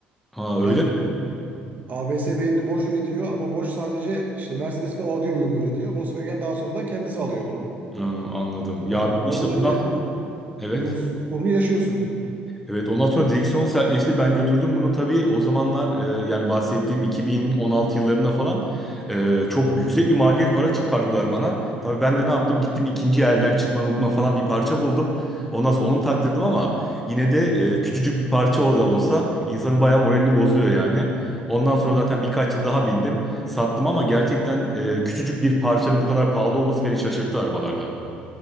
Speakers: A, in the centre; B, on the right (about 40°).
A: Ha öyle
B: Yani
A: mi?
B: ABS beynini boş üretiyor ama boş sadece işte Mercedes ve Audi uyumlu üretiyor. Volkswagen daha sonradan kendisi alıyor bunu.
A: Ha, anladım. Ya
B: Ya
A: işte
B: o nedenle
A: ondan
B: bu
A: evet.
B: uyumsuzluk sorunu yaşıyorsun.
A: Evet ondan sonra direksiyon sertleşti. Ben götürdüm bunu tabii o zamanlar e, yani bahsettiğim 2016 yıllarında falan e, çok yüksek bir maliyet para çıkardılar bana. Tabii ben de ne yaptım gittim ikinci elden çıkma mıkma falan bir parça buldum. Ondan sonra onu taktırdım ama yine de e, küçücük bir parça o da olsa insanın bayağı moralini bozuyor yani. Ondan sonra zaten birkaç yıl daha bindim sattım ama gerçekten e, küçücük bir parçanın bu kadar pahalı olması beni şaşırttı arabalarda.